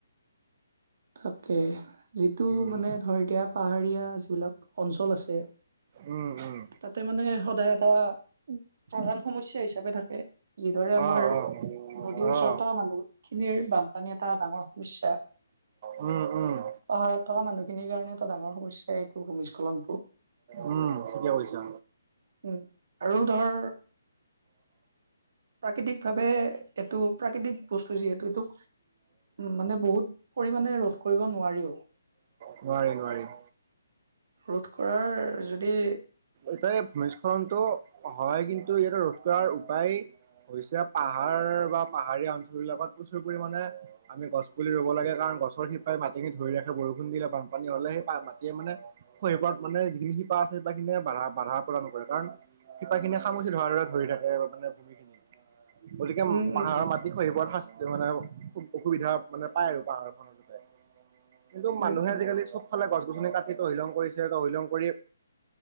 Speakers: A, on the right; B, on the right.
A: তাকে যিটো
B: উম
A: মানে ধৰ এতিয়া পাহাৰীয়া যিবিলাক অঞ্চল আছে
B: উম, উম।
A: তাতে মানে সদায় এটা প্ৰধান সমস্যা হিচাপে থাকে যিদৰে আমাৰ
B: অ অ
A: নদীৰ
B: অ
A: ওচৰত মানুহখিনিৰ বানপানী এটা ডাঙৰ সমস্যা
B: উম, উম।
A: পাহাৰত থকা মানুহখিনিৰ কাৰণে এটা ডাঙৰ সমস্যা এইটো ভূমিস্খলনটো
B: উম, ঠিকে কৈছা।
A: উম, আৰু ধৰ প্ৰাকৃতিক ভাৱে এইটো প্ৰাকৃতিক বস্তু যিহেতু এইটো মানে বহুত পৰিমাণে ৰোধ কৰিব নোৱাৰিও
B: নোৱাৰি নোৱোৱাৰি
A: ৰোধ কৰাৰ যদি
B: ইতে ভূমিস্খলনতটো হয় কিন্তু ইয়াতে ৰোধ কৰাৰ উপায় হৈছে পাহাৰ বা পাহাৰীয়া অঞ্চল বিলাকত প্ৰচুৰ পৰিামানে আমি গছ পুলি ৰুব লাগে কাৰণ গছৰ শিপাই মাটি ধৰি ৰাখে বৰষুণ দিলে বানপানী হলে সেই মাটিয়ে মানে হৰিপাত মানে যিখিনিপ আছে শিপাখিনিয়ে বাধা বাধা প্ৰদান কৰে কাৰণ শিপা খিনিয়ে খামুচি ধৰা ধৰা ধৰি থাকে মানে ভূমি খিনি গতিকে
A: উম
B: পাহাৰৰ
A: উম উম
B: মাজ খহি পৰা শাস্ত মানে অসুবিধা মানে পায় আৰু পাহাৰখনত যতে কিন্তু
A: উম
B: মানুহে
A: উম
B: আজিকালি চব চবফালে গছ-গছনি কাটি তহিলং কৰিছে তহিলং কৰি